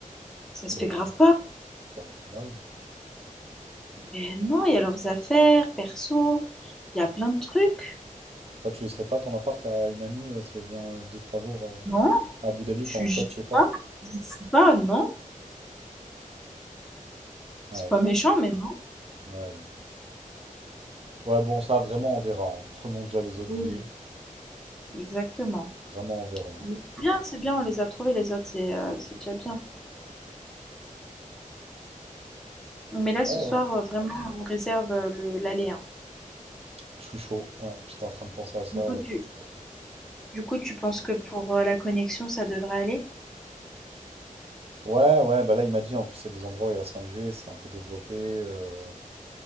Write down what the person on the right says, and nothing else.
Bah,
si.
Bah, normal.
Toi, tu laisserais pas ton appart à une amie euh, si elle vient euh, deux trois jours euh,
à Abu Dhabi
pendant
que toi, tu
y es pas?
Ouais,
je-
ouais, ouais. Ouais, bon, ça, vraiment, on verra. hein. Prenons déjà les autres
billets.
Vraiment, on verra. hein.
Ouais,
ouais.
Je suis chaud. Ouais, j'étais en train de penser à ça,
euh, je
suis chaud.
Ouais, ouais, bah là, il m'a dit, en plus, il y a des endroits où il y a la 5G, c'est un peu développé. euh,